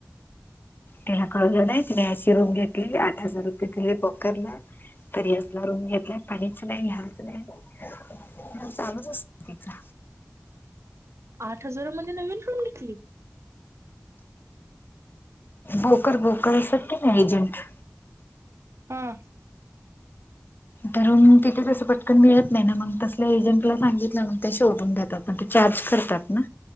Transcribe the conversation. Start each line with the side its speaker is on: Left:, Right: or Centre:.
Left: तिला कळलं नाही तिने अशी रूम घेतली आठ हजार रुपय. तिले पकरला तरी असला रूम घेतलाय पाणीच नाही घ्यायचं नाही. चालूच असते तिचा.
Right: आठ हजारामध्ये नवीन रूम निघली.
Left: बोकर बोकरसाठी ना एजंट
Right: हा
Left: तर तिथे तसं पटकन मिळत नाही ना मग तसल्या एजंटला सांगितलं मग ते शोधून देतात पण ते चार्ज करतात होय ना